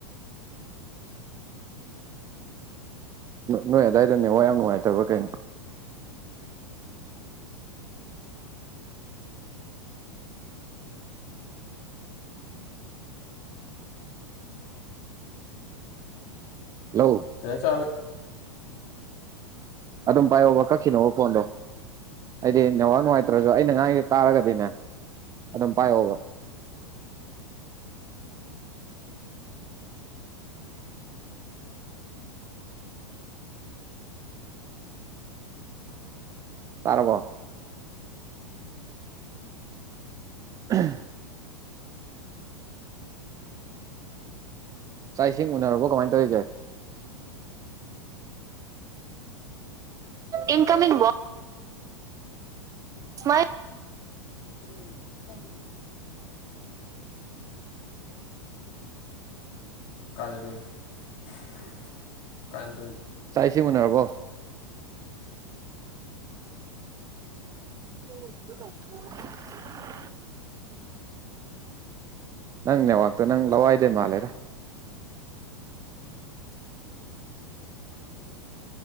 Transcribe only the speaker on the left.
ꯀꯩꯖꯥꯡ ꯆꯥꯔꯒꯦ
<inaudible>
<unintelligible> ꯀꯥꯗꯔꯤ <unintelligible> ꯀꯥꯏ
ꯑꯗꯨ